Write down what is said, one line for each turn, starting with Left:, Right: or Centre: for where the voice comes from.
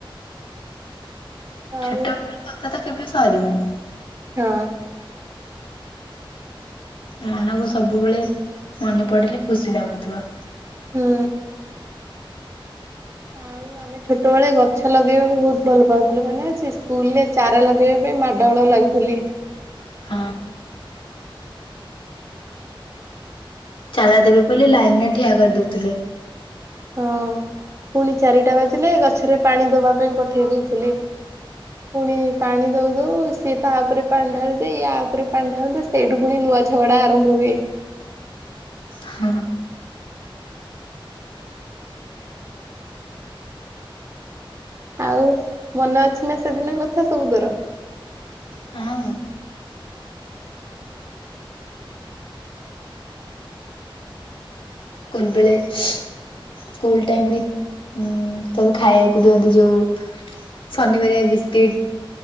Right: ଆଉ
Left: ଛୋଟ ବେଳର କଥା ତ କେବେ ସରିବନି।
Right: ହଁ।
Left: ମନକୁ ସବୁବେଳେ ମନେ ପଡିଲେ ଖୁସି ଲାଗୁଥିବ।
Right: ହୁଁ। ଆଉ ଆମେ ଛୋଟବେେଳେ ଗଛ ଲଗେଇବାକୁ ବହୁତ ଭଲ ପାଉଥିଲୁ, ମାନେ ଅଛି ସ୍କୁଲ ରେ ଚାରା ଲଗେଇବା ପାଇଁ ମାଡ଼ଗଳ ଲାଗୁଥିଲି।
Left: ହ। ଚାରା ଦେବି ବୋଲି ଲାଇନରେ ଠିଆ କରିଦଉଥିଲେ।
Right: ହଁ, ପୁଣି ଚାରିଟା ବାଜିଲେ ଗଛରେ ପାଣି ଦବା ପାଇଁ ପଠେଇ ଦଉଥିଲେ। ପୁଣି ପାଣି ଦଉ ଦଉ ସିଏ ତା ଉପରେ ପାଣି ଢାଳିଦ ୟା ଉପରେ ପାଣି ଢାଳି ଦେ ସେଇଠୁ ପୁଣି କୁଆ ଝଗଡା ଆରମ୍ଭ ହୁଏ।
Left: ହଁ।
Right: ଆଉ ମନେ ଅଛି ନା ସେଦିନ କଥା ସବୁ ତୋର।
Left: ହଁ ସ୍କୁଲବେଳେ ସ୍କୁଲ ଟାଇମ ରେ ଉ ସବୁ ଖାଇବାକୁ ଦିଅନ୍ତି ଯୋଉ। ଶନିବାରଆ ବିସ୍କିଟ୍